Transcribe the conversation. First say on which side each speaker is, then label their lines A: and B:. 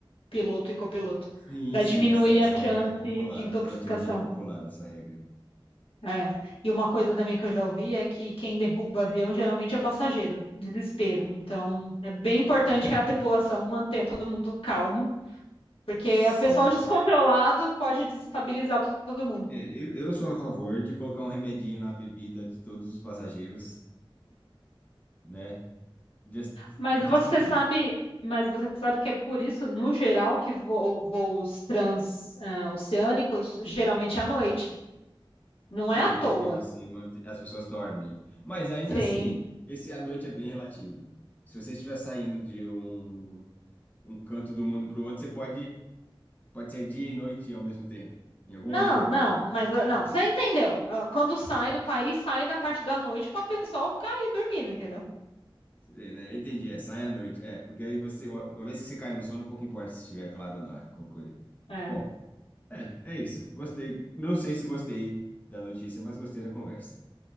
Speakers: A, on the left; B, on the left.
A: Piloto e copiloto.
B: Sim,
A: Para
B: sim,
A: diminuir
B: essa, essa
A: a
B: regra
A: chance
B: é popular,
A: de intoxicação.
B: relativamente popular, essa regra.
A: É. E uma coisa também que eu já ouvi é que quem derruba avião geralmente é passageiro. Desespero. Então, é bem importante que a tripulação mantenha todo mundo calmo, porque
B: Sim.
A: o pessoal descontrolado pode desestabilizar todo mundo.
B: É, eu, eu sou a favor de colocar um remedinho na bebida de todos os passageiros, né? Just,
A: Mas
B: é o
A: você
B: just in case.
A: sabe, mas você sabe que é por isso, no geral, que vo- voos transoceânicos geralmente é à noite. Não é
B: Sim,
A: à toa.
B: porque você mantém, as pessoas dormem. Mas ainda
A: Sim.
B: assim, esse à noite é bem relativo. Se você estiver saindo de um, um canto do mundo para o outro, você pode, pode ser dia e noite ao mesmo tempo. Em algum
A: Não,
B: momento.
A: não, mas
B: Mas,
A: ah,
B: mas,
A: não,
B: é,
A: você entendeu. Ah, Quando sai do país, sai na parte da noite para o pessoal ficar aí dormindo, entendeu?
B: é, né? Entendi, é, sai à noite. É, porque aí você, uma vez que você cai no sono, pouco importa se estiver claro ou não, é, concordo.
A: É.
B: Bom. É, é isso. Gostei. Não sei se gostei da notícia, mas gostei da conversa.